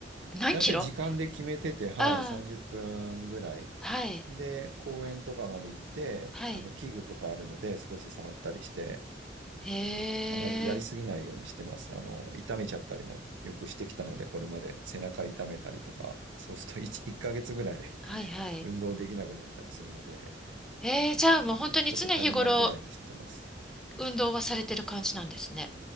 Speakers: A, in the centre; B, on the right.
A: 何キロ
B: だいたい時間で決めてて、はい、
A: ああー、
B: 30分ぐらい。
A: はい、
B: で、公園とかまで行って、
A: はい。
B: あの、器具とかあるので少し触ったりして、
A: へ
B: あまりやりすぎないようにしてます。
A: え、
B: あの、痛めちゃったりもよくしてきたので、これまで背中痛めたりとか、そうすると1、1ヶ月ぐらい <laughs>
A: はいはい。
B: 運動できなくなったりするので、
A: えー、じゃあもう本当に常日頃
B: もうあの、ちょっと足りないぐらいにしてます。
A: 運動はされてる感じなんですね。